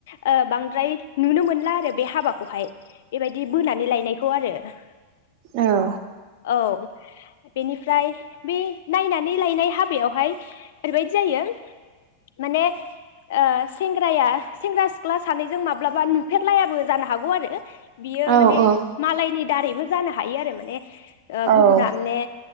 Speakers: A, on the left (about 55°); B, on the right (about 45°).
A: ओ बांद्राय नुनो मोनला आरो बे हाबाखौहाय। बेबायदि बोनानै लायनायखौ आरो। <inaudible>
B: औ
A: औ बेनिफ्राय बे नायनानै लायनाय हाबायावहाय ओरैबायदि जायो। माने ओ सेंग्राया सेंग्रा सिख्ला सानैजों माब्लाबा नुफेरलायाबो जानो हागौ आरो। बियो
B: औ
A: माने मालायनि दारैबो जानो हायो आरो माने। ओ
B: औ
A: गुबुना
B: औ
A: माने